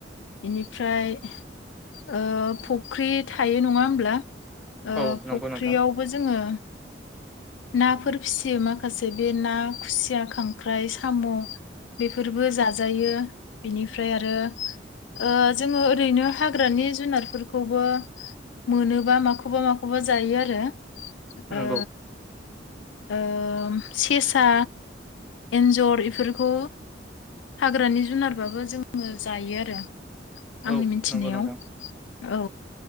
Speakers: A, on the left; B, in the centre.
A: बेनिफ्राय ओ फुख्रि थायो नङा होमब्ला ओ
B: औ नंगौ
A: फुख्रियावबो
B: नोंथां
A: जोङो नाफोर फिसियो माखासे बे ना खुसिया खांख्राइ साम' बेफोरबो जाजायो बेनिफ्राय आरो ओ जोङो ओरैनो हाग्रानि जुनारफोरखौबो मोनोबा माखौबा माखौबा जायो आरो ओ
B: नंगौ
A: ओ सेसा एन्जर इफोरखौ हाग्रानि जुनारबाबो जोङो जायो आरो आंनि
B: औ
A: मिथिनायाव
B: नंगौ नोंथां
A: औ